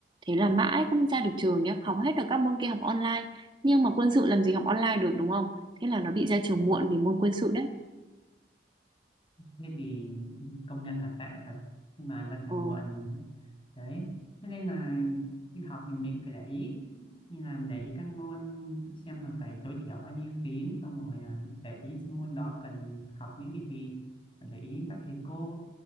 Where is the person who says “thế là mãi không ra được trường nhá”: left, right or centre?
Right